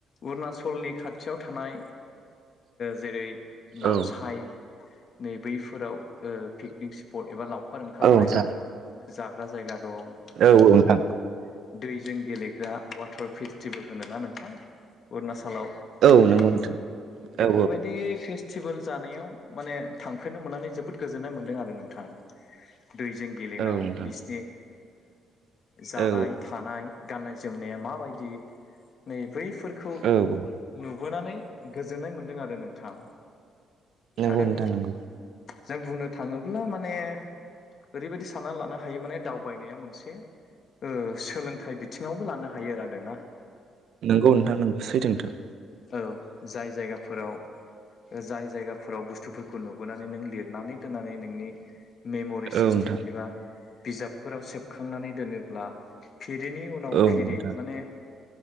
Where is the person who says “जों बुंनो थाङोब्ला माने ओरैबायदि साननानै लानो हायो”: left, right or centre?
Left